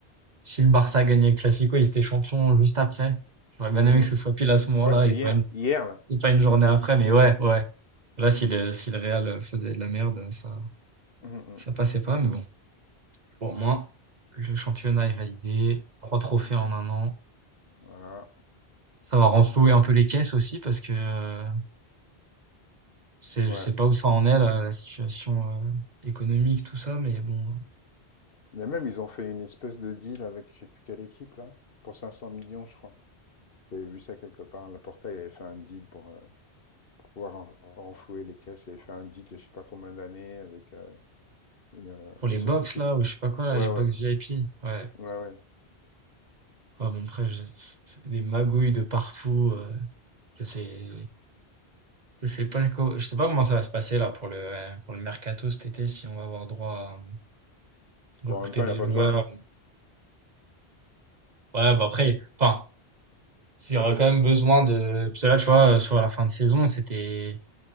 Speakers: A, on the right (about 45°); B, on the left (about 60°).
A: si le Barça gagnait le Classico, ils étaient champions juste après. J'aurais bien
B: Mm,
A: aimé
B: mm.
A: que ce soit
B: mm.
A: pile à ce moment-là,
B: Ouais, c'était
A: et
B: hier,
A: pas une,
B: hier là.
A: et pas une journée après, mais ouais, ouais. Là, si le, si le Real faisait de la merde, ça,
B: Mm,
A: ça
B: mm.
A: passait pas, mais bon. Pour moi, le championnat est validé, 3 trophées en un an.
B: Voilà,
A: Ça va renflouer un peu les caisses aussi parce que euh, c'est,
B: ouais.
A: je sais pas où ça en est là, la situation euh, économique, tout ça, mais bon,
B: Mais même ils ont fait une espèce de deal avec je sais plus quelle équipe là, pour 500 millions je crois. J'avais vu ça quelque part. Le portail avait fait un deal pour, euh, pour pouvoir en- renflouer les caisses. Il avait fait un deal de je sais pas combien d'années avec euh, une, euh,
A: pour les
B: une société
A: box là,
B: qui.
A: ou je sais pas quoi là,
B: Ouais,
A: les box
B: ouais,
A: VIP, ouais.
B: ouais, ouais.
A: Ouais, bon, après, je, c'est les magouilles de partout, euh, je sais, je sais pas, co- je sais pas comment ça va se passer là pour le, pour le mercato cet été, si on va avoir droit à recruter
B: Bon, en même temps,
A: des
B: il n'y a pas
A: joueurs.
B: besoin.
A: Ouais, bah après,
B: hein.
A: enfin, il y aura quand même besoin de. Parce que là, tu vois, euh, sur la fin de saison, c'était.